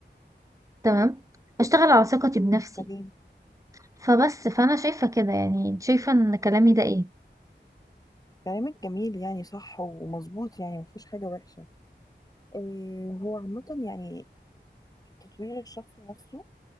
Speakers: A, on the right (about 15°); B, on the left (about 20°).
A: تمام اشتغل على ثقتي بنفسي
B: حبيبي
A: فبس فانا شايفه كده يعني شايفه ان كلامي ده ايه
B: كلامك جميل يعني صح ومظبوط يعني مفيهوش حاجة وحشة إيه هو عامة يعني التطوير الشخصي نفسه